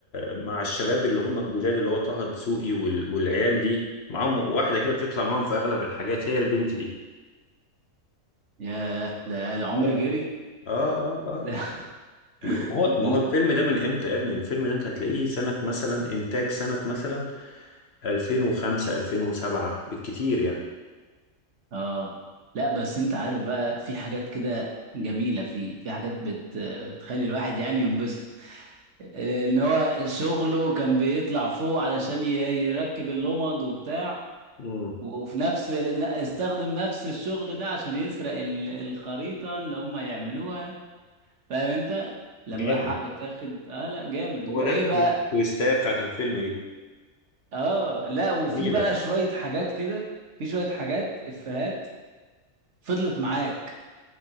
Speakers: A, on the left; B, on the right.
A: مع الشباب اللي هم الجداد اللي هو طه دسوقي وال... والعيال دي معاهم واحدة كده بتطلع معاهم في اغلب الحاجات هي البنت دي
B: ياه ده العمر
A: اه
B: جري
A: اه اه آه.
B: ده
A: ب- ما
B: <laughs>
A: هو ما
B: ل-
A: هو الفيلم ده من امتى يا ابني الفيلم ده انت هتلاقيه سنة مثلا انتاج سنة مثلا 2005 2007 بالكتير
B: اه لا بس انت عارف بقى في حاجات كده جميله في في حاجات بت... بتخلي الواحد يعني ينبسط لان هو شغله كان بيطلع فوق علشان ي- يركب اللمض وبتاع
A: يعني
B: وفي نفس ال- استخدم نفس الشغل ده عشان يسرق ال- الخريطة اللي هم يعملوها فاهم انت لما
A: جامد
B: حقه اتاخد اه لا جامد
A: هو
B: وايه
A: ده
B: بقى
A: التويستاية بتاعت الفيلم دي
B: اه لا وفي
A: جميلة
B: بقى شوية حاجات كده في شوية حاجات افيهات فضلت معاك